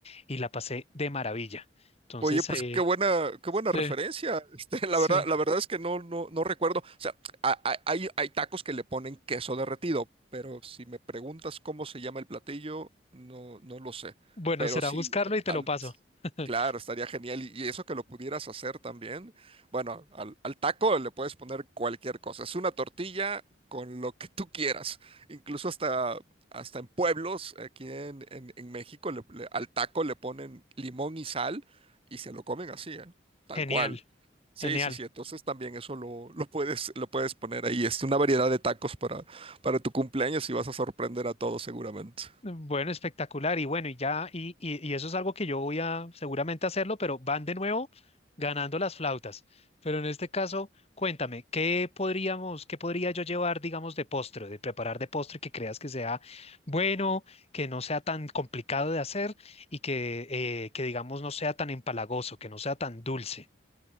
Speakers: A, on the left; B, on the right.
A: y la pasé de maravilla. Entonces,
B: Oye, pues
A: eh,
B: qué buena, qué buena
A: Sí,
B: referencia. <laughs> Este, la
A: sí.
B: verdad, la verdad es que no, no, no recuerdo. O sea, a- a- hay, hay tacos que le ponen queso derretido, pero si me preguntas cómo se llama el platillo, no, no lo sé.
A: bueno,
B: Pero
A: será
B: sí,
A: buscarlo
B: al-
A: y te
B: al-
A: lo paso. <laughs>
B: claro, estaría genial. Y, y eso que lo pudieras hacer también. Bueno, al, al taco le puedes poner cualquier cosa. Es una tortilla con lo que tú quieras. Incluso hasta, hasta en pueblos, aquí en, en- en México, le- le- al taco le ponen limón y sal y se lo comen así, ¿eh? Tal
A: Genial,
B: cual. Sí,
A: genial.
B: sí, sí. Entonces también eso lo, <laughs> lo puedes, lo puedes poner ahí. Es una variedad de tacos para, para tu cumpleaños y vas a sorprender a todos seguramente.
A: Bueno, espectacular. Y bueno, y ya, y, y, y eso es algo que yo voy a seguramente hacerlo, pero van de nuevo ganando las flautas. Pero en este caso, cuéntame, ¿qué podríamos, qué podría yo llevar, digamos, de postre, de preparar de postre que creas que sea bueno, que no sea tan complicado de hacer y que, eh, que digamos, no sea tan empalagoso, que no sea tan dulce?